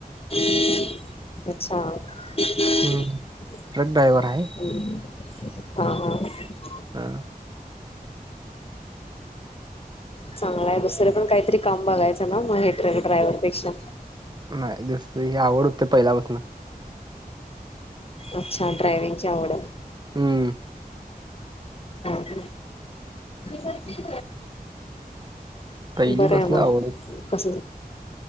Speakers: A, on the left; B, on the right.
A: अच्छा हा
B: हम्म ट्रक ड्रायव्हर आहे
A: हा
B: हा
A: चांगला आहे बसर पण काहीतरी काम बघायचं ना मग हे ड्रायव्हरपेक्षा
B: नाही दुसरी ही आवडते पहिल्यापासून
A: अच्छा ड्रायविंगची आवड
B: हम्म
A: हे म्ह
B: पहिली
A: बरं
B: पासन
A: आहे मग
B: आवड
A: कस